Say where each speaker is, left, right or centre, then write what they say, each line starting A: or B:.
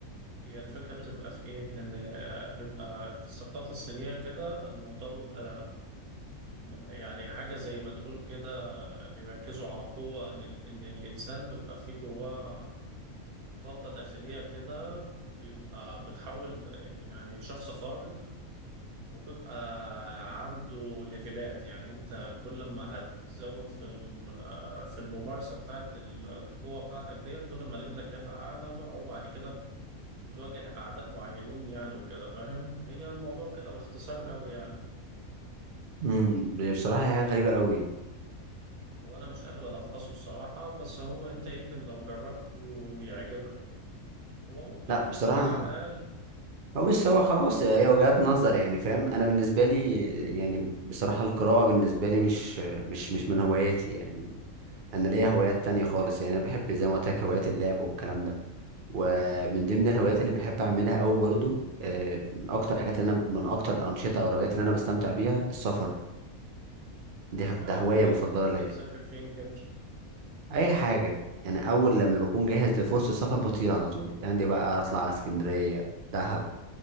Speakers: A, on the right; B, on the right.
A: هي الفكره بتبقى في ايه ان آه، بيبقى في الثقافه الصينيه كده الموضوع بيبقى م- يعني حاجه زي ما تقول كده بيركزوا على قوه ان ال- ان الانسان بيبقى فيه جواه طاقه داخليه كده بيبقى بتحول آه، يعني شخص خارق وبيبقى عنده ليفلات يعني انت كل ما هتزود في ال- في الممارسه بتاعت ال- القوه بتاعتك دي كل ما ليفلك هيبقى اعلى بقى وبعد كده بتواجه اعداء معينين يعني وكده فاهم هي الموضوع كده باختصار قوي يعني
B: امم بصراحه هي حاجه
A: هو
B: غريبه قوي
A: هو انا مش قادر الخصه الصراحه بس هو انت يمكن لو جربته يعجبك هو ممتع
B: لا
A: بالنسبه
B: بصراحه
A: لي على الاقل
B: ما بص هو خلاص هي وجهات نظر يعني فاهم انا بالنسبه لي يعني بصراحه القراءه بالنسبه لي مش مش مش من هواياتي يعني انا ليا هوايات تانية خالص يعني انا بحب زي ما قلت لك هوايات اللعب والكلام ده ومن ضمن الهوايات اللي بحب اعملها قوي برضو آه، من اكتر حاجات اللي انا من اكتر الانشطه او الهوايات اللي انا بستمتع بيها السفر دي
A: هل
B: ده هوايه مفضله
A: بتحب
B: ليا
A: تسافر فين كده
B: اي حاجه يعني اول لما بكون جاهز لفرصه سفر بطير على طول يعني دي بقى اطلع على اسكندريه دهب